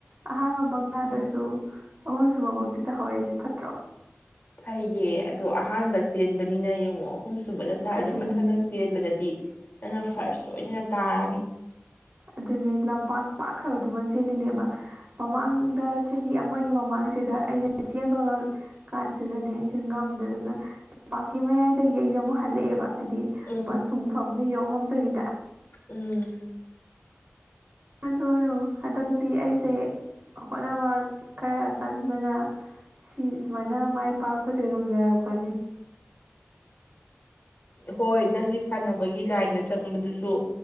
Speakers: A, on the right (about 40°); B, on the left (about 50°).
A: ꯑꯍꯥꯟꯕ ꯁꯨꯕ ꯇꯥꯗ꯭ꯔꯁꯨ ꯑꯍꯨꯝꯁꯨꯨꯕ ꯃꯨꯛꯇꯤ ꯇꯥꯍꯧꯔꯦ ꯐꯠꯇ꯭ꯔꯣ꯫
B: ꯐꯩꯌꯦ ꯑꯗꯣ ꯑꯍꯥꯟꯕ ꯆꯦꯟꯕꯅꯤꯅ ꯌꯦꯡꯉꯣ꯫ ꯑꯍꯨꯝꯁꯨꯨꯕꯗ ꯇꯥꯏꯗꯣ
A: ꯑꯗꯨꯅꯦ
B: ꯃꯊꯪꯒ ꯆꯦꯟꯕꯗꯗꯤ ꯅꯪꯅ ꯐꯥꯔꯁ ꯁꯣꯏꯗꯅ ꯇꯥꯔꯅꯤ꯫
A: ꯑꯗꯨꯅꯦ ꯂꯝꯄꯥꯛ ꯄꯥꯛꯈ꯭ꯔꯕꯗꯨꯃꯥ ꯆꯦꯜꯂꯤꯅꯦꯕ꯫ ꯃꯃꯥꯡꯗ ꯆꯍꯤ ꯑꯃꯒꯤ ꯃꯃꯥꯡꯁꯤꯗ ꯑꯩꯅ ꯆꯦꯟꯕ꯫ ꯀꯥꯟꯁꯤꯗꯅꯦ ꯑꯩꯁꯦ ꯉꯝꯗꯗꯅ ꯇꯝꯄꯥꯛꯀꯤ ꯃꯌꯥꯏꯗꯒꯤ ꯑꯩꯁꯦ ꯑꯃꯨꯛ ꯍꯜꯂꯛꯑꯦꯕ꯫ ꯍꯥꯏꯗꯤ
B: ꯎꯝ
A: ꯄꯟꯊꯨꯡꯐꯝꯗꯣ ꯌꯧ ꯉꯝꯗꯕꯤ꯫
B: ꯎꯝ꯫
A: ꯇꯧꯌꯣ <inaudible> ꯍꯟꯗꯛꯇꯤ ꯑꯩꯁꯦ꯫ ꯍꯣꯠꯅꯕ ꯈꯔ ꯀꯟꯕꯗ꯫ ꯁꯤ ꯁꯨꯃꯥꯏꯅ ꯃꯥꯏ ꯄꯥꯛꯄꯁꯦ ꯉꯝꯖꯔꯛꯄꯅꯤ꯫
B: ꯍꯣꯏ ꯅꯪꯗꯤ ꯁꯥꯟꯅꯕꯒꯤ ꯂꯥꯏꯟꯗ ꯆꯪꯕꯗꯨꯁꯨ